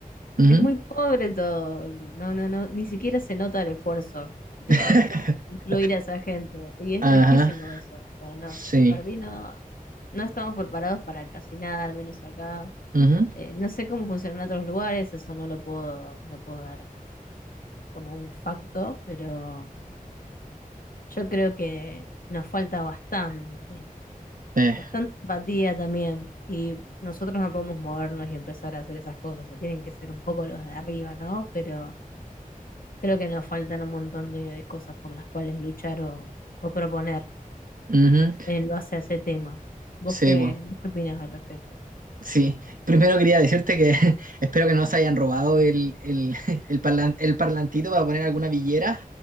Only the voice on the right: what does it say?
ujú.
<laughs>
Ajá,
sí.
ujú,
eh,
ujú,
sí,
po.
Sí, primero quería decirte que <laughs> espero que no se hayan robado el, el, <laughs> el, parlan- el parlantito para poner alguna villera